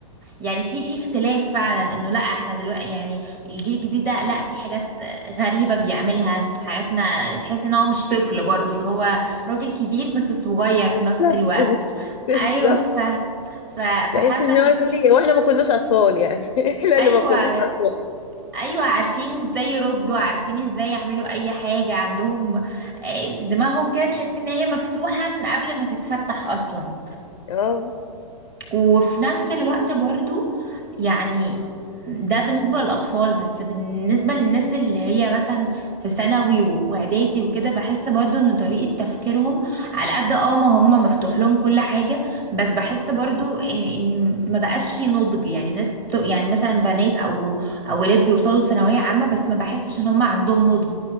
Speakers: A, on the right; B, on the left.
A: يعني في في اختلاف فعلا انه لا احنا دلوقتي يعني الجيل الجديد ده لا في حاجات غريبة بيعملها حاجات ما تحس ان هو مش طفل برضو اللي هو راجل كبير بس صغير في
B: بالظبط
A: نفس الوقت
B: <laughs>
A: ايوه
B: بالظبط.
A: ف ف
B: تحس
A: فحاسه
B: ان
A: ان
B: هو
A: في
B: تقولي واحنا ما كناش اطفال يعني <laughs> احنا
A: ايوه
B: اللي ما كناش اطفال
A: ايوه عارفين ازاي يردوا عارفين ازاي يعملوا اي حاجه عندهم آه، دماغهم كده تحس ان هي مفتوحه من قبل ما تتفتح اصلا
B: اه
A: وفي نفس الوقت برضو يعني ده بالنسبة للأطفال بس بالنسبة للناس اللي هي مثلا في ثانوي و- وإعدادي وكده بحس برضو إن طريقة تفكيرهم على قد اه ما هم مفتوح لهم كل حاجة بس بحس برضو إيه إن ما بقاش في نضج يعني ناس بت- يعني مثلا بنات أو أو ولاد بيوصلوا لثانوية عامة بس ما بحسش إن هم عندهم نضج